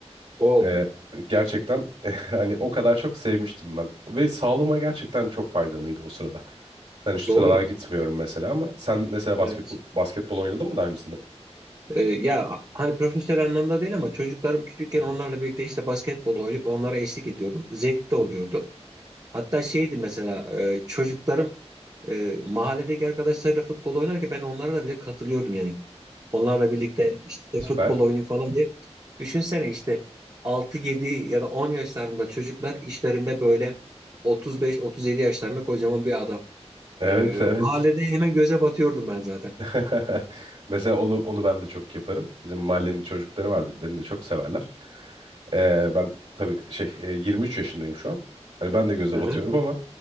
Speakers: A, on the right (about 35°); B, on the right (about 65°).
A: O
B: E, gerçekten <laughs> hani o kadar çok sevmiştim ben. Ve sağlığıma gerçekten çok faydalıydı o sırada. Ben şu
A: doğrudur.
B: sıralar gitmiyorum mesela ama sen mesela basketbol,
A: Evet.
B: basketbol oynadın mı daha öncesinde?
A: E, ya hani profesyonel anlamda değil ama çocuklarım küçükken
B: Hı
A: onlarla
B: hı,
A: birlikte işte basketbol oynayıp onlara eşlik ediyordum. Zevkli
B: hı
A: de oluyordu.
B: hı.
A: Hatta şeydi mesela e, çocuklarım e, mahalledeki arkadaşlarıyla futbol oynarken ben onlara da bile katılıyordum yani. Onlarla birlikte işte
B: Süper.
A: futbol oynuyor falan diye. Düşünsene işte altı yedi ya da 10 yaşlarında çocuklar işlerinde böyle 35-37 yaşlarında kocaman bir adam.
B: Evet,
A: E,
B: evet.
A: mahallede hemen göze batıyordum ben zaten.
B: <laughs> Mesela onu onu ben de çok yaparım. Bizim mahallenin çocukları vardır. Beni de çok severler. Ee, ben tabii şey e, 23 yaşındayım şu an. Hani ben de göze
A: Hı
B: batıyorum
A: hı.
B: ama